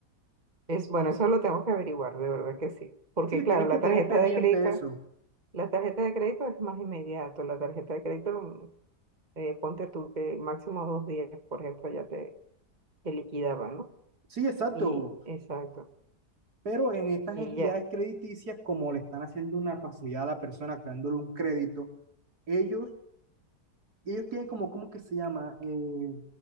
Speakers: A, on the right (about 25°); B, on the right (about 70°).
A: Es bueno, eso lo tengo que averiguar, de verdad que sí. Porque
B: Sí, tienes
A: claro, la
B: que tener
A: tarjeta
B: pendiente
A: de crédito,
B: eso.
A: la tarjeta de crédito es más inmediato. La tarjeta de crédito, mm, eh, ponte tú que máximo dos días, por ejemplo, ya te, te liquidaban, ¿no?
B: Sí, exacto.
A: Y exacto.
B: Pero en estas
A: Y
B: entidades
A: ya,
B: crediticias, como le están haciendo una facilidad a la persona, creándole un crédito, ellos, ellos tienen como, ¿cómo que se llama? Eh,